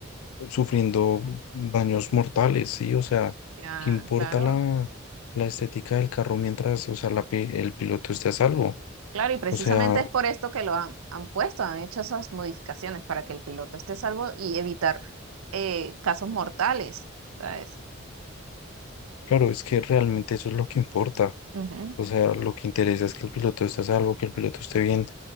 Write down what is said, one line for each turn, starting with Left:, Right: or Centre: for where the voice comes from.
Left: sufriendo daños mortales, ¿sí? O sea,
Right: ya,
Left: ¿qué importa
Right: claro.
Left: la, la estética del carro mientras, o sea, la pi- el piloto esté a salvo?
Right: Claro, y precisamente
Left: O sea,
Right: es por esto que lo han, han puesto, han hecho esas modificaciones para que el piloto esté salvo y evitar eh, casos mortales, ¿sabes?
Left: claro, es que realmente eso es lo que importa.
Right: Ujú,
Left: O sea, lo que interesa es que el piloto esté a salvo, que el piloto esté bien,